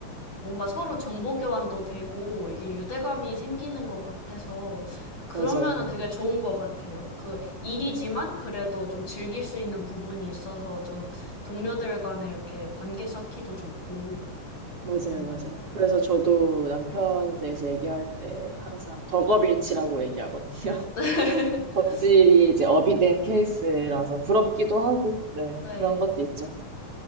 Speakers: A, on the left (about 35°); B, on the right (about 50°).
A: 뭔가 서로 정보 교환도 되고 이게 유대감이 생기는 것 같아서 그러면은
B: 맞아요.
A: 되게 좋은 것 같아요. 그 일이지만 그래도 좀 즐길 수 있는 부분이 있어서 좀 동료들 간에 이렇게 관계 쌓기도 좋고.
B: 맞아요,
A: 네.
B: 맞아요. 그래서 저도 남편에 대해서 얘기할 때 항상 덕업일치라고 얘기하거든요. <laughs>
A: <laughs>
B: 덕질이 이제 업이 된 케이스라서 부럽기도 하고, 네,
A: 네.
B: 그런 것도 있죠.